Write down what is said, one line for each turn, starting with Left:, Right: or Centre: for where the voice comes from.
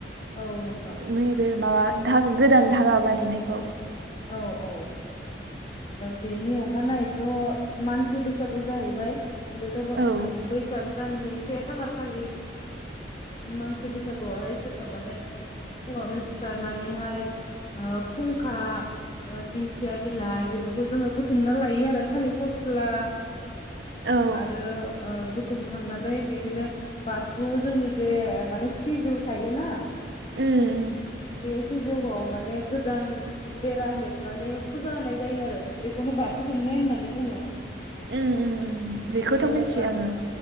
Left: औ नोंथां
Right: <unintelligible> गोदान धागा बानायनायखौ
Left: औ औ ओ बेनि अखानायैथ' मानसि बैसागु जाहैबाय बेथ'
Right: औ
Left: बैसाग दाननि से खालार खालि मानसि बैसागुआवहाय जोङो माने फुङावनो सिखारनानैहाय ओ फुंखा ओ दिंखिया बिलाइ बेफोरखौ जोङो बुथुमना लायो आरो थालिर फस्ला
Right: औ
Left: आरो आ बुथुमखांनानै बिदिनो बा थु जोंनि जे माने सिजौ थायोना
Right: उम
Left: बे सिजौआव माने गोदान बेरा हेबनानै फुजा होनाय जायो आरो बेखौनो बा तु दुमनाय होननानै बुङो
Right: उम उम उम बेखौथ'
Left: बे
Right: मिथियो आङो